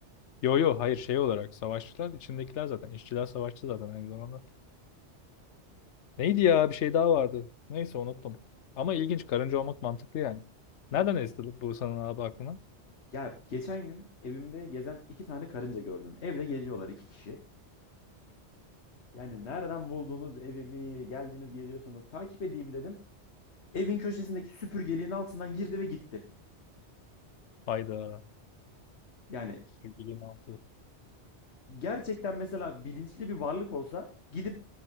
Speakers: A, on the left (about 85°); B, on the left (about 70°).
A: Yo yo hayır şey olarak savaşçılar içindekiler zaten İşçiler savaşçı zaten aynı zamanda. Neydi ya? Bir şey daha vardı. Neyse unuttum. Ama ilginç. Karınca olmak mantıklı yani. Nereden
B: Evet.
A: esti bu sanın abi aklına?
B: Ya geçen gün evimde gezen iki tane karınca gördüm. Evde geziyorlar iki kişi. Yani nereden buldunuz evimi? Geldiniz geziyorsunuz. Takip edeyim dedim. Evin köşesindeki süpürgeliğin altından girdi ve gitti.
A: Hayda.
B: Yani
A: Sürgülüğün altı.
B: gerçekten mesela bilinçli bir varlık olsa gidip